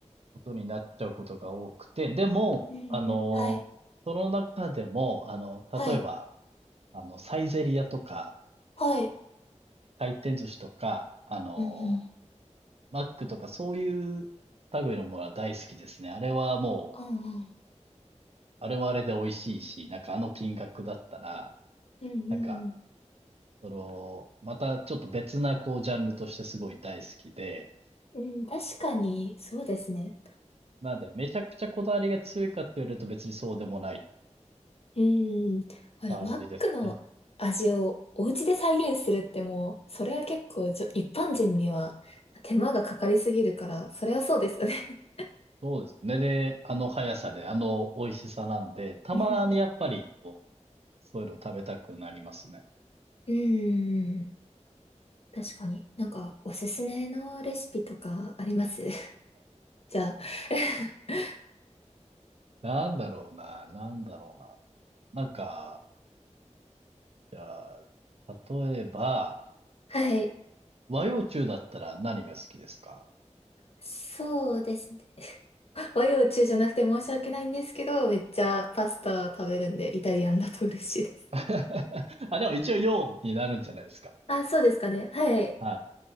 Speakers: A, on the right (about 55°); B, on the left (about 55°).
A: ことになっちゃうことが多くて、でも、
B: うんうん。
A: あの、
B: はい。
A: その中でも、あの、例えば、
B: はい。
A: あの、サイゼリヤとか、
B: はい。
A: 回転寿司とか、あの、
B: うんうん。
A: マックとか、そういう類のものは大好きですね。あれはもう、
B: うんうん。
A: あれはあれで美味しいし、なんかあの金額だったら、
B: うんうん
A: なんか、その、またちょっと別なこうジャンルとしてすごい大好きで、
B: うん。うん、確かに、そうですね。
A: なんで、めちゃくちゃこだわりが強いかって言われると別にそうでもない
B: うーん。これ、マックの味をお家で再現するってもう、
A: 感じですかね。
B: それは結構じょ、一般人には手間がかかりすぎるから、それはそうですよね。
A: そうですよね。で、あの速さで、あの美味しさなんで、たまにやっぱり、
B: <laughs> うん。
A: こう、そういうの食べたくなりますね。
B: うーん確かに。なんか、おすすめのレシピとかあります <laughs> じゃあ。<laughs>
A: なんだろうな、なんだろうな。なんか、じゃあ、例えば、
B: はい。
A: 和洋中だったら何が好きですか
B: そうですね。<laughs> 和洋中じゃなくて申し訳ないんですけど、めっちゃパスタ食べるんで、イタリアンだと嬉しいです。
A: <laughs> あ、でも一応洋になるんじゃないですか。
B: <laughs> あ、そうですかね。はい。
A: はい。